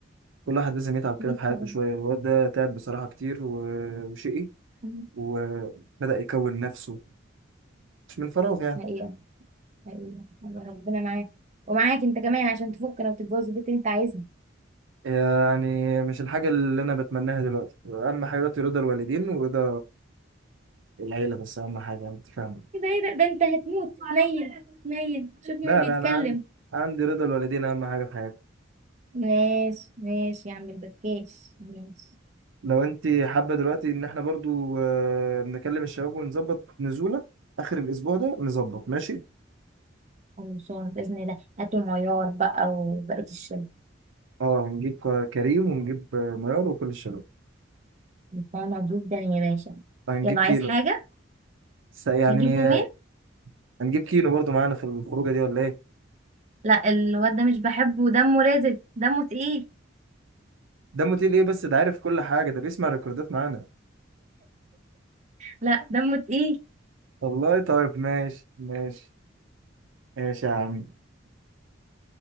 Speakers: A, on the right; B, on the right.
A: كل واحد لازم يتعب كده
B: جيت
A: في حياته
B: طبعا
A: شوية الواد ده تعب بصراحة كتير و- وشقي
B: مم.
A: وبدأ يكون نفسه مش من فراغ يعني
B: حقيقة حقيقة يا ربنا معاك ومعاك انت كمان عشان تفكنا وتتجوز البنت اللي انت عايزها
A: يعني مش الحاجة اللي أنا بتمناها دلوقتي أهم حاجة دلوقتي رضا الوالدين ورضا العيلة بس أهم حاجة أنت فاهمة
B: ايه ده ايه ده ده انت هتموت نيل نيل شوف مين
A: لا
B: بيتكلم
A: لا أنا عندي عندي رضا الوالدين أهم حاجة في حياتي
B: ماشي ماشي يا عم البكاش ماشي
A: لو أنت حابة دلوقتي إن احنا برضو آه، نكلم الشباب ونظبط نزولة آخر الأسبوع ده نظبط ماشي
B: خلصان بإذن الله هاتوا معيار بقى وبقية الشلة
A: اه هنجيب ك- كريم ونجيب آه، ميار وكل الشباب
B: فاهمة جدا يا باشا
A: هنجيب
B: يلا
A: كيلو
B: عايز حاجة
A: س- يعني
B: هجيبه
A: آه،
B: مين
A: هنجيب كيلو برضو معانا في الخروجه دي ولا ايه
B: لا الواد ده مش بحبه دمه رازب دمه تقيل
A: ده موتيل ايه بس ده عارف كل حاجه ده بيسمع الريكوردات معانا
B: لا دمه تقيل
A: والله طيب ماشي ماشي ماشي يا عم